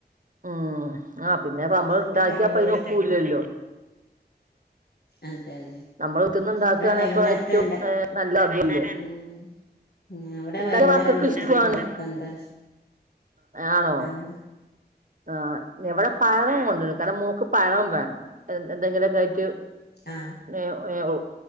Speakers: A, on the right; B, on the left.
A: ഉം ആഹ് പിന്നെ നമ്മള്
B: ഫുഡൊക്കെ
A: ഉണ്ടാക്കിയാപ്പതിന്
B: അടിപൊളിയായിട്ട്
A: ഒക്കുല്ലല്ലോ
B: ഇണ്ടാക്കും അതന്നെ
A: നമ്മള് കുത്തര്ന്ന്ണ്ടാക്കാണ്പ്പം
B: ഇവിടെ വൈകുന്നേരത്തെ
A: ഏറ്റവും
B: എന്താ
A: നല്ലതല്ലേ
B: ഉം ഇവിടെ
A: എന്തായാലും
B: വൈകുന്നേരം
A: മക്കൾക്ക്
B: എന്തെങ്കിലും
A: ഇഷ്ട്ടാണ്
B: നിർബന്ധാ
A: ആണോ
B: ആഹ്
A: ആഹ് എവിടെ പഴം കൊണ്ടുവരും കാരണം മോക്ക് പഴം വേണം എന്തെങ്കിലൊക്കെ ആയിട്ട്
B: ആഹ്
A: <unintelligible> യേഹു